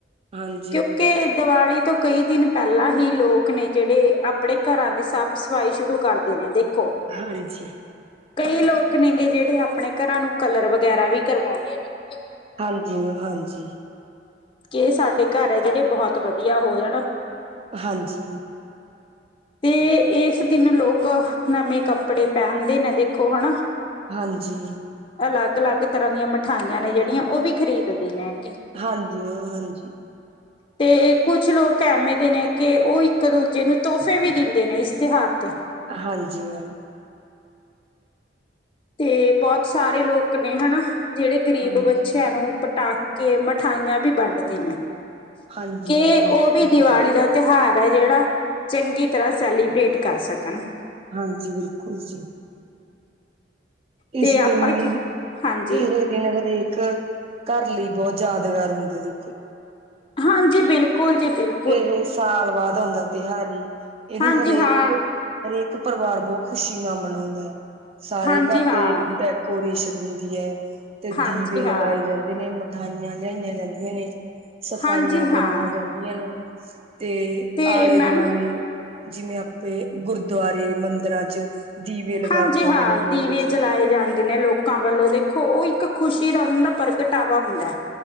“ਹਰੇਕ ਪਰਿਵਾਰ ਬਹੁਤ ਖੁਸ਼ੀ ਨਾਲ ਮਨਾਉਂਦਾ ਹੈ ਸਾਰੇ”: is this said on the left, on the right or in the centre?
Right